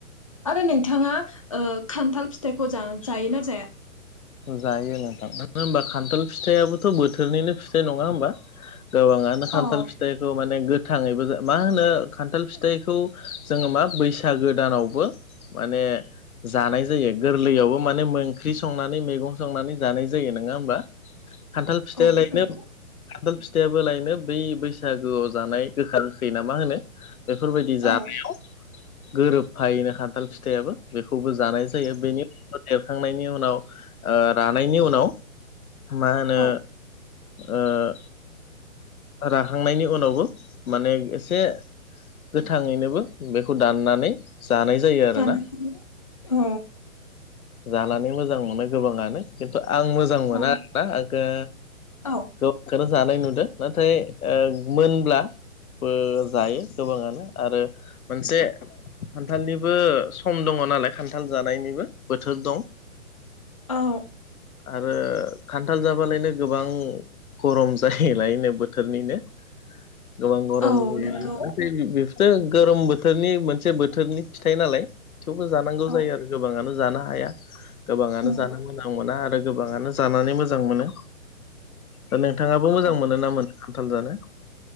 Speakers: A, on the left (about 25°); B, on the left (about 80°).
A: आरो नोंथाङा ओ खान्थाल फिथाइखौ जा जायोना जाया
B: जायो नोंथां मानो होनबा खान्थाल फिथायाबो बोथोरनिनो फिथाइ नङा होमबा गोबाङानो खान्थाल
A: औ
B: फिथाइ खौ माने गोथाङैबो मा होनो खान्थाल फिथाइखौ जोङो मा बैसागो दानावबो माने जानाय जायो गोरलैयावबो माने ओंख्रि सं नानै मैगं संनानै जानाय जायो नोङा होमबा खान्थाल फिथायालायनो
A: औ नंगौ
B: खान्थाल फिथायाबोलायनो बै बैसागोआव जानाय गोखा गोखै ना मा होनो बेफोरबायदि जानायाव
A: औ
B: गोरोबफायोनो खान्थाल फिथायाबो बेखौबो जानाय जायो बेनि उनाव देरखांनायनि उनाव रानायनि उनाव मा होनो
A: औ
B: ओ रा खांनायनि उनावबो माने एसे गोथाङैनोबो बेखौ दाननानै जानाय जायो आरोना
A: जानो औ
B: जानानै मोजां मोनो गोबाङानो खिन्थु आं मोजां मोना
A: औ
B: आरोना आङो
A: औ
B: गोबांखौनो जानाय नुदों नाथाय मोनब्ला बो जायो गोबाङानो आरो मोनसे खान्थालनिबो सम दङ नालाय खान्थाल जानायनिबो बोथोर दं
A: औ
B: आरो खान्थाल जाबालायनो गोबां गरम जायोलायनो बोथोरनिनो गोबां गरम
A: औ
B: जायो
A: नंगौ
B: बेफोरो गोरोम बोथोरनि मोनसे बोथोरनि फिथाइ नालाय थेवबो जानांगौ
A: औ
B: जायो आरो गोबाङानो जानो हाया गोबाङानो
A: नंगौ
B: जानो मोजां मोना आरो गोबाङानो जानानै मोजां मोनो दा नोंथाङाबो मोजां
A: औ
B: मोनो ना मोना खान्थाल जानो